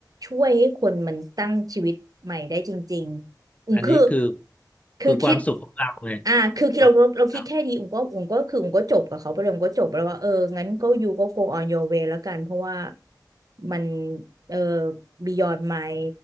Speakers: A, on the right; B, on the left.
A: ช่วยให้คนมันตั้งชีวิตใหม่ได้จริงๆอุ่นคือ
B: อันนี้คือ
A: คือคิด
B: คือความสุขของเราไง
A: อ่าคือคิดเราเราเราคิดแค่ดีอุ่นก็อุ่นก็คืออุ่นก็จบกับเขาไปเลยอุ่นก็จบแล้วว่าเอองั้นก็ยูก็
B: ความสุขของเรา
A: go on your way แล้วกันเพราะว่ามันเออ beyond my